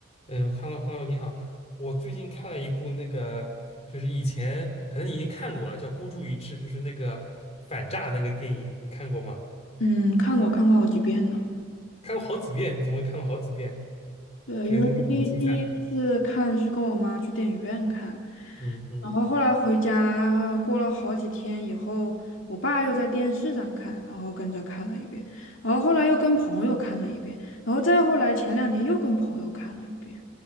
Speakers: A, on the left (about 30°); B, on the left (about 65°).
A: 嗯，hello hello，你好。我最近看了一部那个，就是以前可能你已经看过了，叫《孤注一掷》，就是那个反诈那个电影，你看过吗？
B: 嗯，看过看过好几遍呢。
A: 看过好几遍，你怎么看了好几遍？
B: 对，
A: 觉得那个很精彩。
B: 因为第一第一次看是跟我妈去电影院看，
A: 嗯嗯
B: 然后后来回家过了好几天以后，我爸又在电视上看，然后跟着看了一遍，然后后来又跟朋友看了一遍，然后再后来前两天又跟朋友看了一遍。